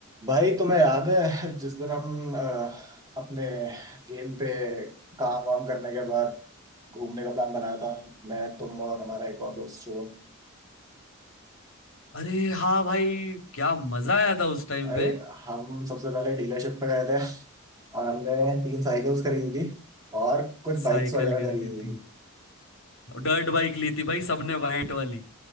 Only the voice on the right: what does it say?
भाई तुम्हें याद है जिस दिन हम अ, अपने गेम पे काम वाम करने के बाद घूमने का प्लान बनाया था मैं तुम और हमारा एक और दोस्त शुभम
भाई
हम सबसे पहले डीलरशिप पे गए थे और हमने तीन साइकिल्स खरीदी थी और कुछ
बाइक्स वगैरह
खरीदी थी